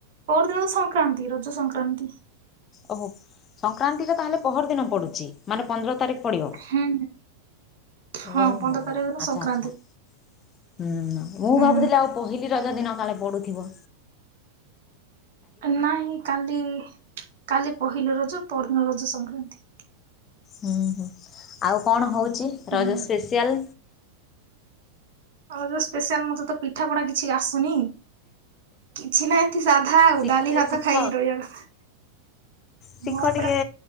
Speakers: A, on the right; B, on the left.
A: ପହର୍ଦିନ ତ ସଂକ୍ରାନ୍ତି ରଜ ସଂକ୍ରାନ୍ତି।
B: ଓହୋ ସଂକ୍ରାନ୍ତି ଟା ତାହେଲେ ପହର୍ ଦିନ ପଡୁଛି। ମାନେ ପନ୍ଦର ତାରିଖ୍ ପଡ଼ିବ
A: ହୁଁ ହଁ
B: ଓହୋ
A: ପନ୍ଦର
B: ଆଚ୍ଛା
A: ତାରିଖ ଦିନ ସଂକ୍ରାନ୍ତି
B: ଆଚ୍ଛା। ହୁଁ ମୁଁ
A: ହୁଁ।
B: ଭାବୁଥିଲି ଆଉ ପହିଲି ରଜ ଦିନ କାଳେ ପଡୁଥିବ।
A: ନାହିଁ କାଲି କାଲି ପହିଲି ରଜ ପର ଦିନ ରଜ ସଂକ୍ରାନ୍ତି।
B: ହୁଁ ହୁଁ ଆଉ କଣ ହଉଛି
A: ହୁଁ।
B: ରଜ ସ୍ପେସିଆଲ୍?
A: ଆଉ ଯୋଉ ସ୍ପେଶିଆଲ ମତେ ତ ପିଠା ପଣା କିଛି ଆସୁନି। କିଛି ନା ଏମ୍ତି ସାଧା ଆଉ
B: ଶିଖ
A: ଡାଲି
B: ଏ
A: ଭାତ
B: ଶିଖ
A: ଖାଇକି ରହିବା କଥା।
B: ଶିଖ
A: ହଁ
B: ଟିକେ
A: ପରା